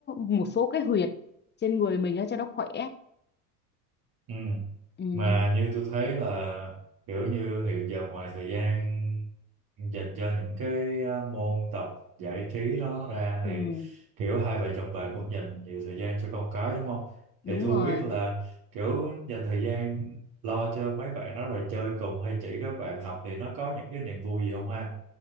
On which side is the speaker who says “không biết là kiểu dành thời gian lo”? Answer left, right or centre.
Right